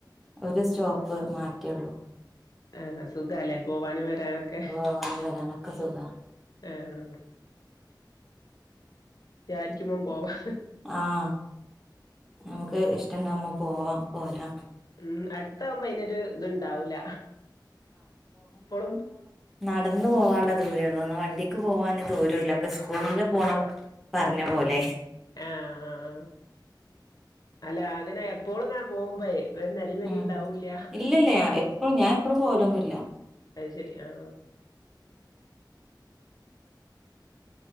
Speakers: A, in the centre; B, on the left (about 50°).
A: ഒരു സ്റ്റോപ്പ് മാറ്റുള്ളൂ
B: ആഹ് സുഖല്ലേ പോവാനും വരാനൊക്കെ
A: പോവന്ന് വരാന് ക്കെ സുഖ
B: ഏ ആ വിചാരിക്കുമ്പോ പോവാ
A: ആഹ നമക്ക് ഇഷ്ടണ്ടവുപോ പോവാ പോരാ
B: ഉം അടുത്താവുമ്പോ അയിനൊരു ഇതുണ്ടാവുല ഇപ്പോളും
A: നടന്ന് പോവാനുള്ള ദൂരള്ളൂ ഒന്ന് വണ്ടിക്ക് പോവാന് ദൂരുല്ല അപ്പൊ സ്കൂളില് പോണ പറഞ്ഞ പോലെ
B: ആഹ ആ ആ അല്ല അങ്ങനെ എപ്പോളും ഇങ്ങനെ പോവുമ്പേ പ്പ ഒരു നെലിം വെലിം
A: ഉം
B: ഉണ്ടാവൂല്ല
A: ഇല്ലല്ല എപ്പഴും ഞാൻ എപ്പഴും പോവലൊന്നുല്ല
B: അഹ് ശരി ആഹ് <inaudible>